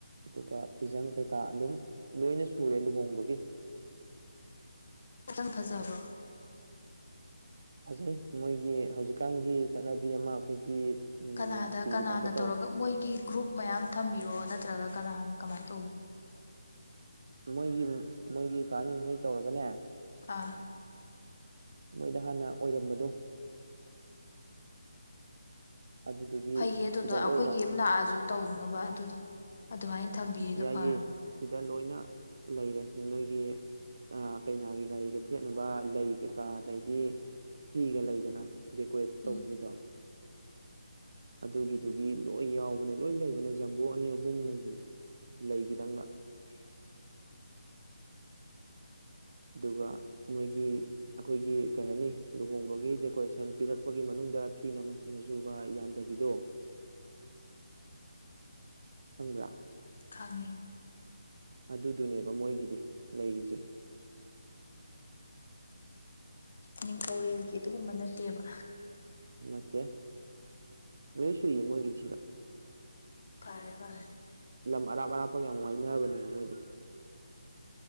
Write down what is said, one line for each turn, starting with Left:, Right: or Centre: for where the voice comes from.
Right: ꯑꯗꯨꯒ ꯐꯤꯖꯪ ꯀꯩ ꯀꯥ ꯑꯗꯨꯝ ꯂꯣꯏꯅ ꯁꯨꯔꯦ ꯂꯨꯍꯣꯡꯕꯒꯤ
Left: ꯈꯤꯇꯪ ꯐꯖꯕꯣ
Right: ꯐꯖꯩ ꯃꯣꯏꯒꯤ ꯍꯧꯖꯤꯛꯀꯥꯟꯒꯤ ꯆꯠꯅꯕꯤ ꯑꯃ ꯑꯩꯈꯣꯏꯒꯤ ꯎꯝ
Left: ꯀꯅꯥꯗ
Right: ꯐꯤꯒꯤ
Left: ꯀꯅꯥꯅ
Right: ꯇꯥꯏꯞꯇ
Left: ꯇꯧꯔꯒ ꯃꯣꯏꯒꯤ ꯒ꯭ꯔꯨꯞ ꯃꯌꯥꯝ ꯊꯝꯕꯤꯔꯣ ꯅꯠꯇ꯭ꯔꯒ ꯀꯅꯥꯅ ꯀꯃꯥꯏ ꯇꯧ
Right: ꯃꯣꯏꯒꯤ ꯃꯣꯏꯒꯤ ꯀꯥꯅꯤ ꯃꯣꯏ ꯇꯧꯔꯒꯅꯦ
Left: ꯑꯥ
Right: ꯃꯣꯏꯗ ꯍꯥꯟꯅ ꯑꯣꯏꯔꯝꯕꯗꯣ ꯑꯗꯨꯗꯨꯒꯤ
Left: ꯐꯩꯌꯦ ꯑꯗꯨꯗꯣ
Right: ꯁꯤꯗ
Left: ꯑꯩꯈꯣꯏꯒꯤ
Right: ꯂꯣꯏꯅ
Left: ꯑꯃꯛ ꯂꯥꯛꯑꯁꯨ ꯇꯧꯅꯕ ꯑꯗꯨꯗꯣ ꯑꯗꯨꯃꯥꯏꯅ ꯊꯝꯕꯤꯔꯤꯗꯣ
Right: ꯌꯥꯏꯌꯦꯦ
Left: ꯐꯔꯕ
Right: ꯁꯤꯗ ꯂꯣꯏꯅ ꯂꯩꯔꯦ ꯅꯣꯏꯒꯤ ꯑ ꯀꯩꯅꯥꯒꯤ ꯒꯥꯔꯤꯗ ꯊꯦꯠꯅꯕ ꯂꯩ ꯀꯩꯀꯥ ꯑꯗꯩꯗꯤ ꯐꯤꯒ ꯂꯩꯗꯅ ꯗꯦꯀꯣꯔꯦꯠ ꯇꯧꯕꯒꯤꯗꯣ
Left: ꯎꯝ
Right: ꯑꯗꯨꯒꯤꯗꯨꯒꯤ ꯂꯣꯏ ꯌꯥꯎꯕꯅꯦ ꯂꯣꯏ ꯂꯩꯕꯅꯦ ꯖꯝꯕꯨ ꯑꯅꯤ ꯑꯍꯨꯝ ꯂꯩꯕꯅꯦ ꯂꯩꯒꯤꯗꯪꯒ
Left: <inaudible>
Right: ꯑꯗꯨꯒ ꯃꯣꯏꯒꯤ ꯑꯩꯈꯣꯏꯒꯤ ꯀꯩ ꯍꯥꯏꯅꯤ ꯂꯨꯍꯣꯡꯕꯒꯤ ꯗꯦꯀꯣꯔꯦꯁꯟ ꯄꯤꯔꯛꯄꯒꯤ ꯃꯅꯨꯡ ꯗ ꯐꯤꯅ ꯃꯆꯨ ꯃꯆꯨꯒ ꯌꯥꯟꯗꯕꯤꯗꯣ
Left: <inaudible>
Right: ꯈꯪꯕ꯭ꯔꯥ
Left: ꯈꯪꯉꯦ
Right: ꯑꯗꯨꯗꯨꯅꯦꯕ ꯃꯣꯏꯒꯤꯗꯤ ꯂꯩꯔꯤꯁꯦ
Left: ꯅꯤꯡꯊꯧꯔꯦꯜꯒꯤ ꯑꯗꯨꯒꯨꯝꯕ ꯅꯠꯇꯦꯕ
Right: ꯅꯠꯇꯦ ꯂꯣꯏ ꯁꯨꯏꯌꯦ ꯃꯣꯏꯒꯤ ꯁꯤꯗ
Left: ꯐꯔꯦ ꯐꯔꯦ
Right: ꯂꯝ ꯑꯔꯥꯞ ꯑꯔꯥꯞꯄꯒ ꯌꯥꯝ ꯋꯥꯏꯅꯕꯅꯦ ꯃꯣꯏꯗꯤ